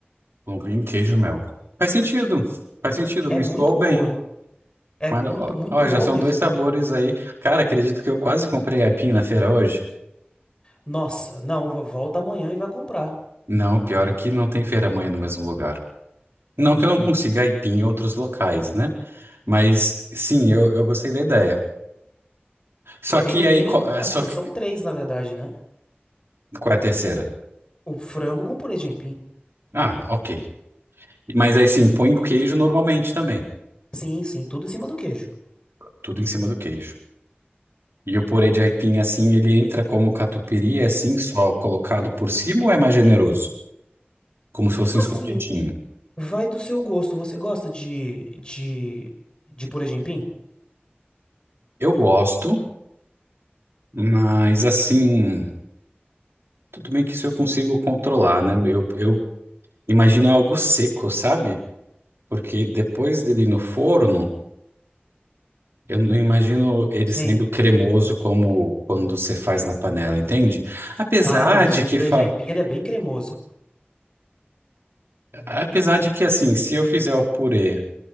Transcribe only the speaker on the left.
É
muito
boa.
É
muito,
muito
boa
mesmo.
Nossa, não, vo- volta amanhã e vai comprar.
Eu tenho,
tenho,
assim,
são três, na verdade, né?
O frango com purê de aipim.
Sim, sim, tudo em cima do queijo.
Assim,
vai do seu gosto. Você gosta de, de, de purê de aipim?
Sim.
Ah, mas
o
purê
de aipim, ele é bem cremoso.